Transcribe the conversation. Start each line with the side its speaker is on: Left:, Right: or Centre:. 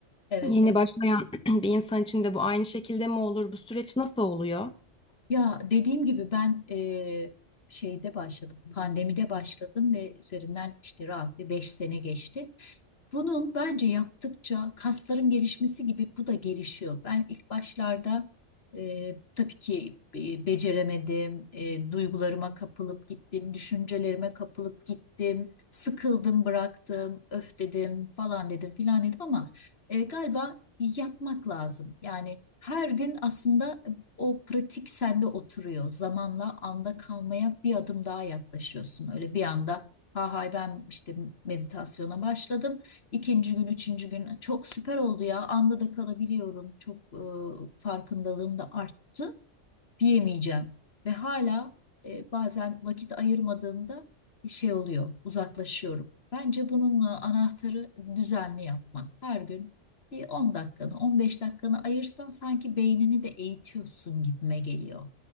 Left: Evet,
Centre: Yeni
Left: evet.
Centre: başlayan <clears throat> bir insan için de bu aynı şekilde mi olur? Bu süreç nasıl oluyor?
Left: Ya dediğim gibi ben eee, şeyde başladım, pandemide başladım ve üzerinden işte rahat bir beş sene geçti. Bunun bence yaptıkça kasların gelişmesi gibi bu da gelişiyor. Ben ilk başlarda eee, tabii ki e, beceremedim, e, duygularıma kapılıp gittim, düşüncelerime kapılıp gittim, sıkıldım, bıraktım, öf dedim falan dedim filan dedim ama e, galiba yapmak lazım. Yani her gün aslında o pratik sende oturuyor. Zamanla anda kalmaya bir adım daha yaklaşıyorsun. Öyle bir anda ha hay ben işte meditasyona başladım. İkinci gün, üçüncü gün çok süper oldu ya. Anda da kalabiliyorum. Çok e, farkındalığım da arttı diyemeyeceğim. Ve hala e, bazen vakit ayırmadığımda şey oluyor, uzaklaşıyorum. Bence bunun e, anahtarı düzenli yapmak. Her gün bir 10 dakikanı, 15 dakikanı ayırsan sanki beynini de eğitiyorsun gibime geliyor